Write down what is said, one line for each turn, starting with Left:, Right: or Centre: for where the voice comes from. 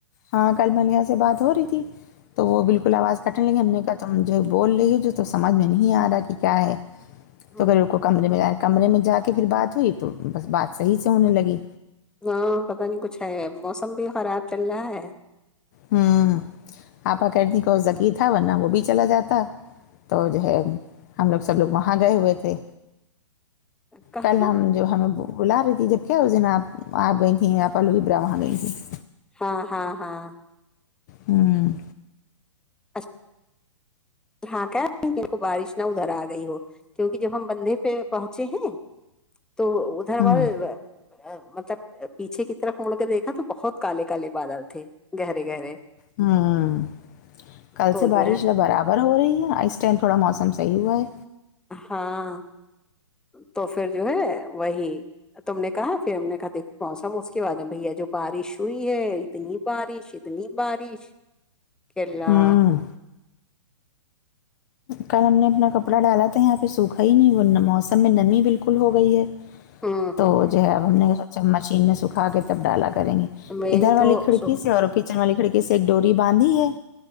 Left: ہاں کل ملیحہ سے بات ہو رہی تھی تو وہ بالکل آواز کٹنے لگی ہم نے کہا تم جو بول رہی ہو جو تو سمجھ میں نہیں آ رہا کہ کیا ہے
Centre: ہوں
Left: توپھر انکو کمرے میں جا کمرے میں جا کے پھر بات ہوئی تو بس بات صحیح سے ہونے لگی
Centre: ہاں پتا نہیں کچھ ہے موسم بھی خراب چل رہا ہے
Left: ہاں آپا کردی کال زکی تھا ورنہ وہ بھی چلا جاتا تو جو ہے ہم لوگ سب لوگ وہاں گئے ہوئے تھے
Centre: کہاں
Left: کل ہم جو ہمیں کو بلا رہی تھی جب کیا اس دن آپ گئی تھیں آپ وہاں گئی تیں
Centre: ہاں ہاں ہاں
Left: ہوں
Centre: اچھا ہاں کہ رہی ہیں کی کو بارش نہ ادھر آ رہی ہو کیونکہ جب ہم بندے پہ پہنچے ہیں تو ادھر
Left: ہوں
Centre: والے مطلب پیچھے کی طرف مڑ کر دیکھا تو بہت کالے کالے بادل تھے گہرے گہرے
Left: ہاں کل
Centre: تو
Left: سے بارش
Centre: جو ہے
Left: یہ برابر ہو رہی ہے اس ٹین تھوڑا موسم صحیح ہوا ہے
Centre: ہاں تو پھر جو ہے وہی تم نے کہا پھر ہم نے کہا دیکھو موسم اس کے بعد بھیا جو بارش ہوئی ہے اتنی بارش اتنی بارش کے اللہ
Left: ہوں کل ہم نے اپنا کپڑا ڈالا تھا یہاں پہ سوکھا ہی نہیں وہ نا موسم میں نمی بالکل ہو گئی ہے
Centre: ہوں
Left: تو
Centre: ہوں
Left: جو ہے اب ہم نے سوچ مشین میں سکھا کے تب ڈالا کریں گے
Centre: میری
Left: ادھر والی
Centre: تو
Left: کھڑکی
Centre: سکھ
Left: سے اور پک والی کھڑکی سے ایک ڈوری باندھی ہے